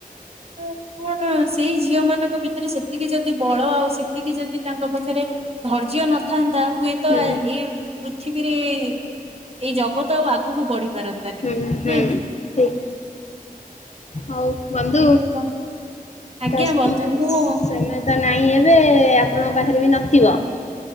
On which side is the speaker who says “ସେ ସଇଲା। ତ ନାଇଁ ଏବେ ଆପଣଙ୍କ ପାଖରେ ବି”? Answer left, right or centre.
Left